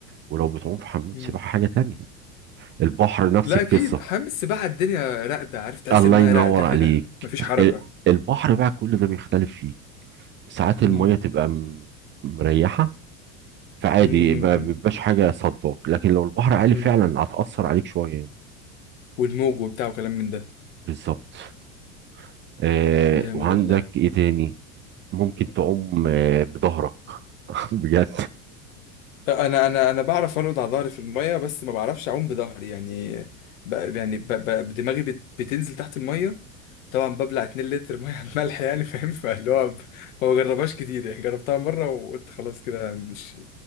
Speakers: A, on the right; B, on the left.
A: ولو بتعوم في حمام
B: <laughs>
A: سباحة حاجة تانية البحر نفس
B: لا
A: القصة
B: اكيد حمام السباحه الدنيا راقده عارف تحس
A: الله
B: المايه
A: ينور
B: راقده كده
A: عليك
B: مفيش حركه
A: ال- البحر بقى كل ده بيختلف فيه ساعات
B: مم.
A: المية تبقى م- مريحة فعادي
B: مم. مم.
A: ما
B: مم.
A: بيبقاش حاجة صداك لكن لو البحر عالي
B: مم.
A: فعلا
B: مم.
A: هتأثر عليك شوية يعني
B: والموج وبتاع وكلام من ده
A: بالظبط آه
B: جامد
A: وعندك
B: والله
A: ايه تاني ممكن تعوم آه بظهرك <laughs> بجد
B: انا انا انا بعرف ارقد على ظهري في المايه بس ما بعرفش اعوم بظهري يعني ب... يعني ب... ب... دماغي بت... بتنزل تحت المايه طبعا ببلع 2 لتر ميه <laughs> على الملح يعني فاهم فاللي هو ب... ما بجربهاش كتير يعني جربتها مره وقلت خلاص كده مش